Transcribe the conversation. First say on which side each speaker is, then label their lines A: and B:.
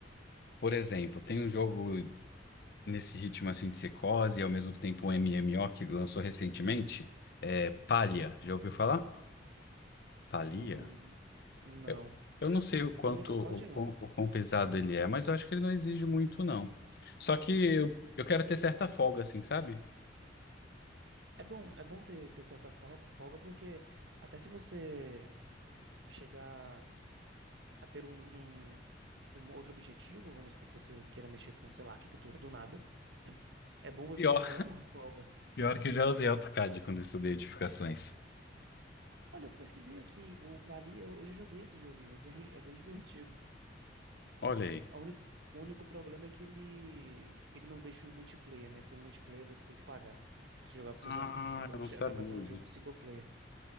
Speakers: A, on the left; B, on the right.
A: Por exemplo, tem um jogo nesse ritmo assim de secose e ao mesmo tempo um MMO que lançou recentemente, é Palia. Já ouviu falar? Palia?
B: Hum, não.
A: Eu eu não sei o quanto,
B: Eu me recordo,
A: o
B: não.
A: quão, o quão pesado ele é, mas eu acho que ele não exige muito, não. Só que eu, eu quero ter certa folga, assim, sabe?
B: É bom, é bom ter, ter certa folga, folga, porque até se você chegar a ter um, um, um outro objetivo, vamos supor que você queira mexer com, sei lá, arquitetura do nada, <laughs> é bom você
A: Pior,
B: ter uma, uma folga.
A: pior que eu já usei AutoCAD quando eu estudei edificações.
B: Olha, eu pesquisei aqui, o Pali, eu, eu já joguei esse joguinho, é bem, é bem divertido.
A: Olha aí.
B: A único, o único problema é que ele, ele não deixa o multiplayer, né? Para o multiplayer você tem que pagar pra você jogar com seus
A: Ah,
B: amigos. Então
A: eu não
B: che-
A: sabia
B: acaba sendo um
A: disso.
B: jogo single player.